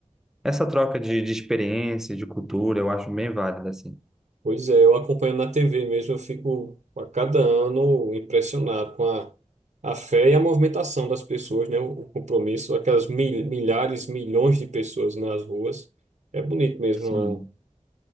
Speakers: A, in the centre; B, on the right.
A: essa troca de, de experiência, de cultura, eu acho bem válida, assim.
B: Pois é, eu acompanho na TV mesmo, eu fico a cada ano impressionado com a, a fé e a movimentação das pessoas, né? O, o compromisso, aquelas mil- milhares, milhões de pessoas nas ruas. É bonito mesmo,
A: Sim.
B: né,